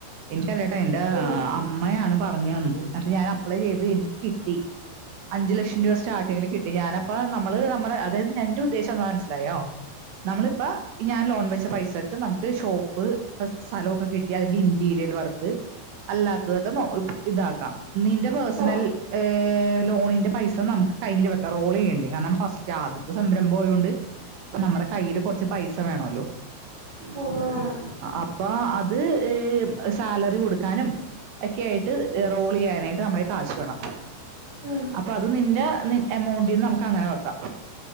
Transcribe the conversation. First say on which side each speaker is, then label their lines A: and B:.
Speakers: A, on the right (about 75°); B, on the right (about 45°).
A: എനിക്കറിയാട്ടോ എൻറെ
B: ആഹ്
A: അമ്മയാണ് പറഞ്ഞ് തന്നത് എന്നിട്ട് ഞാൻ അപ്ലൈ ചെയ്ത് എനിക്ക് കിട്ടി അഞ്ചു ലക്ഷം രൂപ സ്റ്റാർട്ടിങ്ങിൽ കിട്ടി. ഞാനപ്പ നമ്മള് നമ്മുടെ അതായത് ഞന്റെ ഉദ്ദേശംഎന്താന്ന് മനസിലായോ നമ്മളിപ്പ ഞാൻ ലോൺ വെച്ച പൈസ നമുക്ക് ഷോപ്പ് ഇപ്പോ സ്ഥലമൊക്കെ കിട്ടി അതിന്റെ ഇന്റീരിയർ വർക്ക് അല്ലാത്തതൊക്കെ ഇതാക്കാം നിന്റെ പേഴ്സണൽ
B: ആഹ്
A: ലോണിന്റെ പൈസ നമുക്ക് കയ്യിൽ വെക്ക റോൾ ചെയ്യേണ്ട കാരണം ഫസ്റ്റ് ആദ്യ സംരംഭം ആയോണ്ട് നമ്മുടെ കയ്യില് കൊ പൈസ വേണല്ലോ
B: ആഹ് ആഹ്
A: അപ്പൊ അത് സാലറി കൊടുക്കാനും ഒക്കെ ആയിട്ട് റോൾ ചെയ്യാനായിട്ട് നമ്മുടെകൈ കാശ് വേണം
B: ഉം
A: അപ്പൊ അത് നിന്റെ എമൗണ്ടീന്ന് നമുക്ക് അങ്ങനെ വെക്കാം